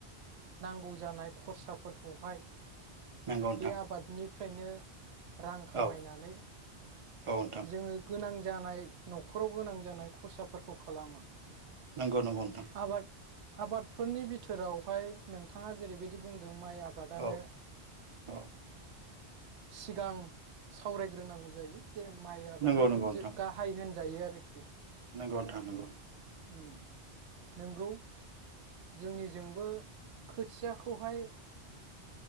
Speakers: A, on the right (about 85°); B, on the right (about 35°).
A: नांगौ जानाय खरसाफोरखौहाय
B: नंगौ नोंथां
A: बे आबादनि फ्रायनो रां खामायनानै
B: औ औ नोंथां
A: जोङो गोनां जानाय न'खराव गोनां जानाय खरसाफोरखौ खालामो
B: नंगौ नंगौ नोंथां
A: हाट आबादफोरनि बिथोरावहाय नोंथाङा जेरैबायदि बुंदों माइ आबादनो
B: औ औ
A: सिगां सावरायग्रोनांगौ जायो। जे माइ आबादानो
B: नंगौ नंगौ नोंथां
A: जे गाहाय होन जायो आरोखि
B: नंगौ नोंथां नंगौ
A: उ नोंगौ जोंनिजोंबो थियाखौहाय